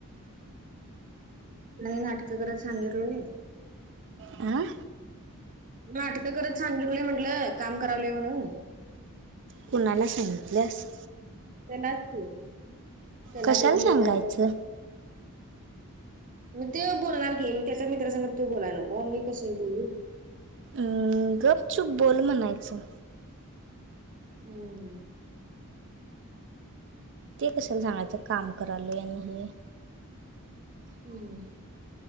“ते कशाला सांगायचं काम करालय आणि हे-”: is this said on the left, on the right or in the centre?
Right